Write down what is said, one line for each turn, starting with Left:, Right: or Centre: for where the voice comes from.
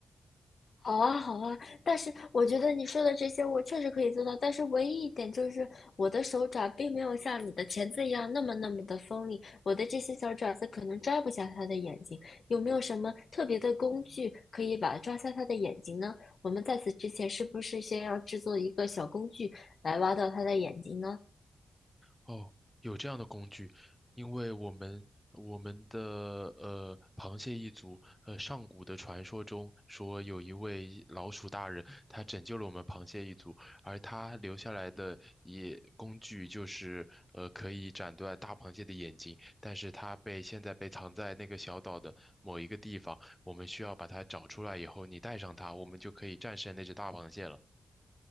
Left: 好啊，好啊，但是我觉得你说的这些我确实可以做到，但是唯一一点就是我的手爪并没有像你的钳子一样那么那么的锋利，我的这些小爪子可能抓不下它的眼睛。有没有什么特别的工具可以把抓下它的眼睛呢？我们在此之前是不是先要制作一个小工具来挖到它的眼睛呢？
Centre: 哦，有这样的工具，因为我们我们的呃螃蟹一族，呃上古的传说中说有一位老鼠大人，他拯救了我们螃蟹一族，而他留下来的也工具就是呃可以斩断大螃蟹的眼睛，但是它被现在被藏在那个小岛的某一个地方，我们需要把它找出来以后，你带上它，我们就可以战胜那只大螃蟹了。